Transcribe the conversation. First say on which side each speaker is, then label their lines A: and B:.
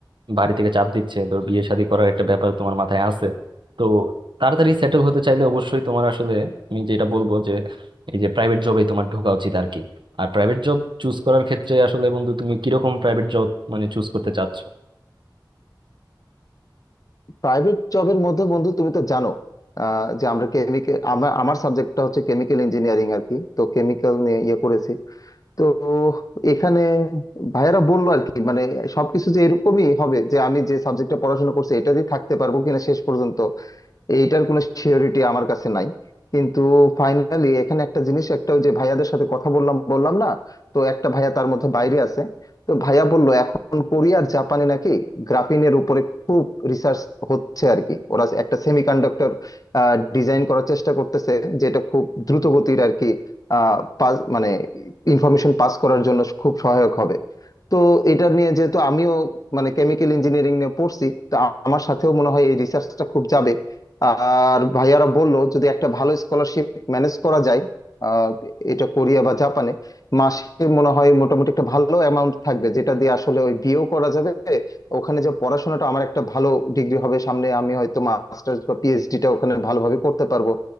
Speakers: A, on the right; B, on the left.
A: বাড়ি থেকে চাপ দিচ্ছে ধর বিয়ে শাদী করার একটা ব্যাপার তোমার মাথায় আছে তো তাড়াতাড়ি সেটেল হতে চাইলে অবশ্যই তোমার আসলে আমি যেটা বলবো যে এই যে প্রাইভেট জবে তোমার ঢোকা উচিত আর কি আর প্রাইভেট জব চুজ করার ক্ষেত্রে আসলে বন্ধু তুমি কিরকম প্রাইভেট জব মানে চুজ করতে চাচ্ছো
B: প্রাইভেট জবের মধ্যে বন্ধু তুমি তো জানো আহ, যে আমরা কেমিক্যাল আমার আমার সাবজেক্টটা হচ্ছে কেমিক্যাল ইঞ্জিনিয়ারিং আর কি তো কেমিক্যাল নিয়ে ইয়ে করেছি তো এখানে ভাইয়েরা বললো আর কি মানে সবকিছু যে এরকমই হবে যে আমি যে সাবজেক্টটা পড়াশোনা করছি এটাতেই থাকতে পারবো কিনা শেষ পর্যন্ত এইটার কোনো সিওরিটি আমার কাছে নাই কিন্তু ফাইনালি এখানে একটা জিনিস একটা ওই যে ভাইয়াদের সাথে কথা বললাম বললাম না তো একটা ভাইয়া তার মধ্যে বাইরে আছে তো ভাইয়া বলল এখন কোরিয়া আর জাপানে নাকি গ্রাফিনের উপরে খুব রিসার্চ হচ্ছে আর কি ওরা একটা সেমিকন্ডাক্টর ডিজাইন করার চেষ্টা করতেছে যেটা খুব দ্রুত গতির আর কি আহ পাস- মানে ইনফরমেশন পাস করার জন্য খুব সহায়ক হবে তো এটা নিয়ে যেহেতু আমিও মানে কেমিক্যাল ইঞ্জিনিয়ারিং নিয়ে পড়ছি তো আমার সাথেও মনে হয় এই রিসার্চটা খুব যাবে আর ভাইয়ারা বললো যদি একটা ভালো স্কলারশিপ ম্যানেজ করা যায় আহ, এটা কোরিয়া বা জাপানে মাসে মনে হয় মোটামুটি একটা ভালো অ্যামাউন্ট থাকবে যেটা দিয়ে আসলে ওই বিয়েও করা যাবে ওখানে যে পড়াশোনাটা আমার একটা ভালো ডিগ্রি হবে সামনে আমি হয়তো মাস্টার্স বা পিএইচডিটা ওখানে ভালোভাবে করতে পারবো